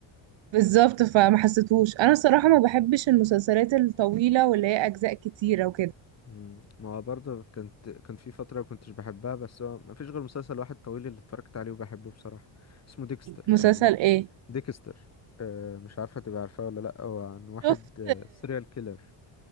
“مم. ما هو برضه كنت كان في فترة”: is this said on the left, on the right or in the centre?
Left